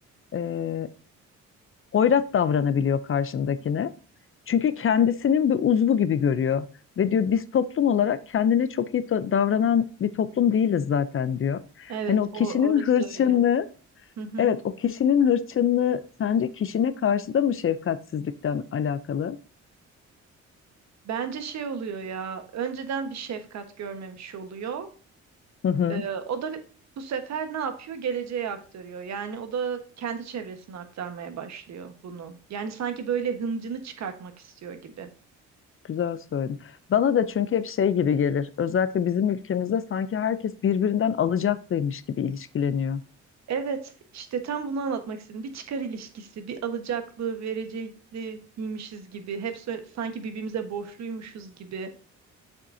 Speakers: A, on the left; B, on the right.
A: e, hoyrat davranabiliyor karşındakine. Çünkü kendisinin bir uzvu gibi görüyor. Ve diyor biz toplum olarak kendine çok iyi to- davranan bir toplum değiliz zaten diyor.
B: Evet,
A: Hani o
B: o
A: kişinin
B: orası
A: hırçınlığı
B: öyle. Hı hı.
A: Evet, o kişinin hırçınlığı sence kişine karşı da mı şefkatsizlikten alakalı?
B: Bence şey oluyor ya, önceden bir şefkat görmemiş oluyor.
A: Hı hı,
B: Ee, o da bu sefer ne yapıyor? Geleceğe aktarıyor. Yani o da kendi çevresine aktarmaya başlıyor bunu. Yani sanki böyle hıncını çıkartmak istiyor gibi.
A: güzel söyledin. Bana da çünkü hep şey gibi gelir. Özellikle bizim ülkemizde sanki herkes birbirinden alacaklıymış gibi ilişkileniyor.
B: Evet, işte tam bunu anlatmak istedim. Bir çıkar ilişkisi, bir alacaklı, verecekliymişiz gibi. Hep sö- sanki birbirimize borçluymuşuz gibi.